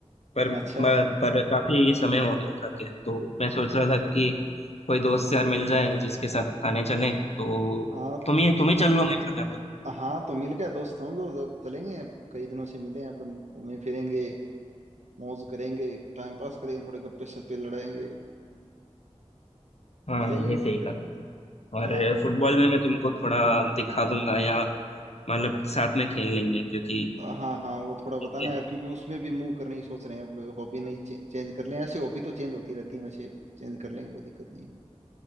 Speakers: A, on the left (about 65°); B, on the right (about 85°).
A: पर
B: <laughs> अच्छा
A: पर पर काफी समय हो गया खा के तो मैं सोच रहा था कि कोई दोस्त यार मिल जाए जिसके साथ खाने चलें तो
B: आप
A: तुम ही तुम ही चल लो मेरे साथ या तो
B: हाँ तो मिल गया दोस्त समझो जब चलेंगे कई दिनों से मिले हैं अपन घूमे फिरेंगे मौज करेंगे टाइम पास करेंगे थोड़े गप्पे शप्पे लड़ाएंगे
A: हाँ
B: मिलेंगे
A: ये सही
B: फिर
A: कहा और
B: हाँ
A: फुटबॉल में मैं तुमको थोड़ा दिखा दूंगा या मतलब साथ में खेल लेंगे क्योंकि
B: हाँ हाँ वो थोड़ा
A: देखते
B: बताना यार
A: हैं।
B: क्योंकि उसमें भी मूव करने ही सोच रहे हैं अब हॉबी नहीं चे, चेंज कर लें ऐसे हॉबी तो चेंज होती रहती है वैसे चेंज कर लेंगे कोई दिक्कत नहीं है